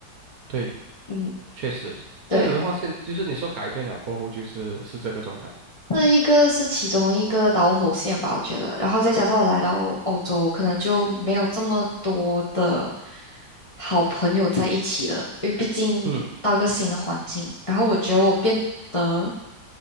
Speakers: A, on the right; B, on the left.
A: 对。
B: 嗯，
A: 确实，
B: 对。
A: 这样子的话，现就是你说改变了过后，就是是这个状态。
B: 这一个是其中一个导火线吧，我觉得。然后再加上我来到欧洲，可能就没有这么多的好朋友在一起了，因为毕竟到一个新的环境。
A: 嗯
B: 然后我觉得我变得